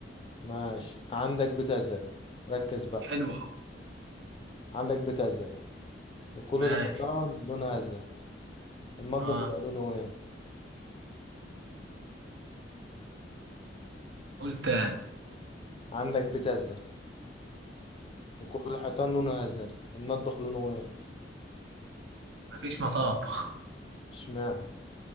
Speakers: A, on the left; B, on the right.
A: ماشي عندك بتزرع ركز بقى
B: حلو أوي
A: عندك بيت أزرق وكل
B: ماشي
A: الحيطان لونها أزرق المطبخ
B: اه
A: يبقى لونه إيه
B: قول تاني
A: عندك بيت أزرق وكل الحيطان لونه أزرق المطبخ لونه إيه
B: مفيش مطابخ
A: اشمعنى